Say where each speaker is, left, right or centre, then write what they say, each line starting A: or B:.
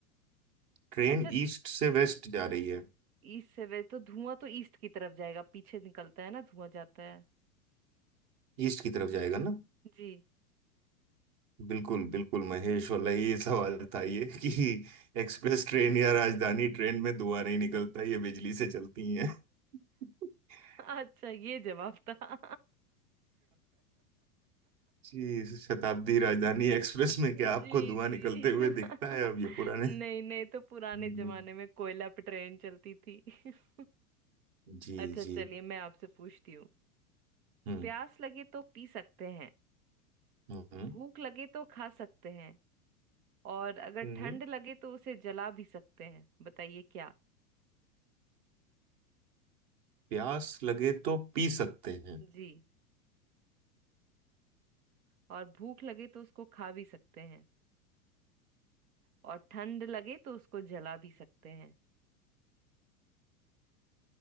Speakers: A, on the right; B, on the right.
A: ट्रेन
B: अच्छा
A: ईस्ट से वेस्ट जा रही है
B: ईस्ट से वेस्ट तो धुआं तो ईस्ट की तरफ जाएगा पीछे निकलता है ना धुआं जाता है
A: ईस्ट की तरफ जाएगा ना
B: जी
A: बिल्कुल बिल्कुल महेश वाला ये सवाल था ये कि एक्सप्रेस ट्रेन या राजधानी ट्रेन में धुआं नहीं निकलता ये बिजली से चलती हैं <laughs>
B: अच्छा ये जवाब था
A: जी शताब्दी राजधानी एक्सप्रेस में
B: जी
A: क्या आपको धुआं
B: जी
A: निकलते हुए
B: <laughs>
A: दिखता है अब ये पुराने
B: नहीं
A: <laughs>
B: नहीं तो पुराने
A: हम्म,
B: जमाने में कोयला पे ट्रेन चलती थी <laughs>
A: जी
B: अच्छा
A: जी
B: चलिए मैं आपसे पूछती हूँ
A: हम्म
B: प्यास लगे तो पी सकते हैं
A: हम्म
B: भूख लगे तो खा सकते हैं और अगर
A: हम्म।
B: ठंड लगे तो उसे जला भी सकते हैं बताइए क्या
A: प्यास लगे तो पी सकते हैं
B: जी और भूख लगे तो उसको खा भी सकते हैं और ठंड लगे तो उसको जला भी सकते